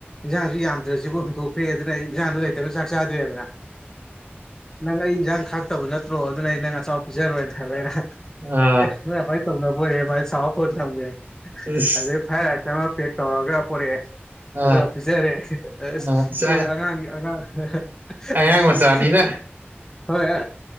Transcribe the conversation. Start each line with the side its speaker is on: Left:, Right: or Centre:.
Left: ꯏꯟꯖꯥꯡꯁꯨ ꯌꯥꯝꯗ꯭ꯔꯁꯤꯕꯨ ꯍꯨꯟꯗꯣꯛꯈ꯭ꯔꯦ ꯑꯗꯨꯅ ꯑꯩ ꯏꯟꯖꯥꯡꯗꯨꯣ ꯂꯩꯇꯅ ꯆꯥꯛ ꯆꯥꯗ꯭ꯔꯦꯗꯅ ꯅꯪ ꯑꯩ ꯏꯟꯁꯥꯡ ꯈꯥꯛꯇꯕ ꯅꯠꯇ꯭ꯔꯣ ꯑꯗꯨꯅ ꯑꯩ ꯅꯪ ꯑꯆꯥꯎ ꯄꯤꯖꯔꯣꯏꯅ ꯍꯥꯏꯕ ꯑꯩꯅ
Right: ꯑꯥ
Left: ꯅ ꯃꯃꯥꯏꯅ ꯇꯧꯅꯕꯣꯔꯦ ꯃꯥꯏ ꯁꯥꯕꯄꯣꯠ ꯆꯧꯒꯦ
Right: ꯏꯁ
Left: ꯑꯗꯩ ꯐ꯭ꯔꯥꯏ ꯔꯥꯏꯁ ꯑꯃ ꯄꯦꯛ ꯇꯧꯔꯒ ꯄꯣꯔꯛꯑꯦ
Right: ꯑꯥ
Left: ꯑꯗꯨꯒ ꯄꯤꯖꯔꯦ
Right: ꯑꯥ ꯏꯁ
Left: ꯅꯣꯏ ꯑꯉꯥꯡꯒꯤ ꯑ <unintelligible>
Right: ꯑꯉꯥꯡ ꯃꯆꯥꯅꯤꯅ
Left: ꯍꯣꯏ ꯑ